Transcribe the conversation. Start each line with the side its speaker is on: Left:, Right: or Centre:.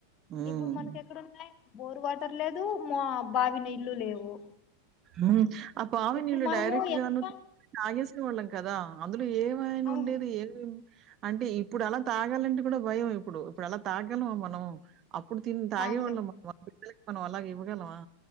Right: హ్మ్.
Left: ఇప్పుడు మనక ఎక్కడ ఉన్నాయి బోర్ వాటర్ లేదు మా బావి నీళ్లు లేవు
Right: ఉమ్ ఆ పావి
Left: ఇప్పుడు
Right: నీళ్ళు
Left: మనము
Right: డైరెక్ట్
Left: ఎంత
Right: గాను తి తాగేస్నవాళ్ళం కదా అందులో ఏం యినా
Left: అవును
Right: ఉండేది ఏ అంటే ఇప్పుడు అలా తాగాలంటే కూడా భయం ఇప్పుడు ఇప్పుడు అలా తగ్గాలమా మనం అప్పుడు తిన్ తాగేవోళ్ళం
Left: తాగలేం
Right: మనం మనం అలాగ ఇవ్వగలవా